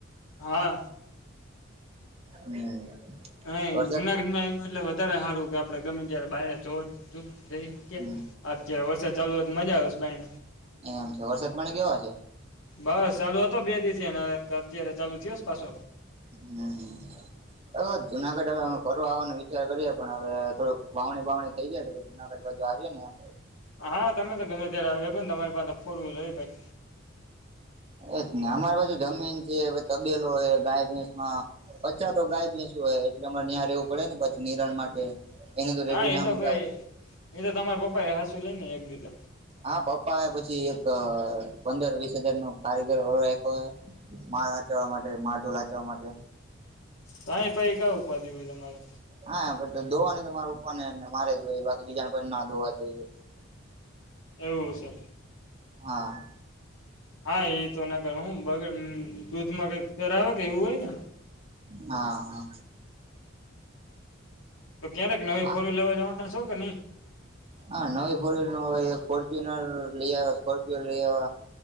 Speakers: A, on the left (about 85°); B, on the right (about 30°).
A: હા
B: હમ
A: હા
B: વરસાદ
A: જુનાગઢમાં એ એટ વધારે સારું કે આપડણે ગમેીને તયારે બાાયને જો જો જએ
B: હમ
A: અત્યારે વરસાદ ચાલુ હોય તો મજા આવે છે ભાઈને
B: એમ છે વરસાદ પાણી કેવા છે
A: બસ ચાલુ હતો બે દિવસને અત્યારે ચાલુ થયોસ પાછો
B: હમ હવે જુનાગઢ હવે અમે ફરવા આવવાનો વિચાર કરીએ પણ હવે થોડું વાવણી વાવણી થઈ જાય તોછ જુનાગઢ બાજુ આવીએ નેમ
A: હા તમે તો ગમે ત્યારે આવીો ને તમારી પાસે ફોર વ્હીલર હો ભાઈ
B: એ જ ને અમારી પાછુ જમીન છે તબેલો ગાય ભેંસ માં પચા તો ગાય ભેસવ હોય એટલે અમારે ્યાં રહેવું પડે ને પાછું નિરાણ માટે એને તો રેઢી
A: હા એ
B: ના
A: તો
B: મુકાય
A: ભાઈ એ તો તમાર પપા એ હંસુ લઈ ને એકબીજા
B: હા પપ્પા હ પછી એક પંદર વીસ હાજાર નો કારીગર વાળો રા્યો માળ હચવા માટે માળ ઢોલ હાચવા માટે
A: હ એ પછ કયા ઉપાધિ હોય તમારે
B: હા પછ તો ધોવા ન તો મારે ઉપર ને મારે જ હોય બાકી બીજાને પણ ના ધોવા જઈએ
A: એવું છે
B: હા
A: હા એ તો ના કર હું બગ દૂધમાં કઈક ફેરવે કે એવું હોય ને
B: હા
A: તો ક્યારેક નવી
B: હા
A: ફોરું લેવા જવાનું છો કે નહી
B: હા નવી ફોરવ્હીલ નું હવે એક ફર્ચુન લઈ આવ સ્કોર્પિયો લઈ આવ